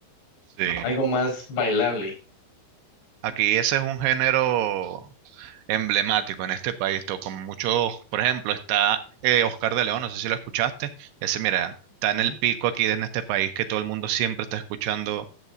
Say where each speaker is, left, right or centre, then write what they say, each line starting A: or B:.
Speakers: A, on the right; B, on the left.
A: Sí.
B: algo más bailable.
A: Aquí ese es un género emblemático en este país, to- con muchos, por ejemplo, está eh, Oscar de León, no sé si lo escuchaste, ese mira, está
B: Ujú,
A: en el pico aquí en este país que todo el mundo siempre está escuchando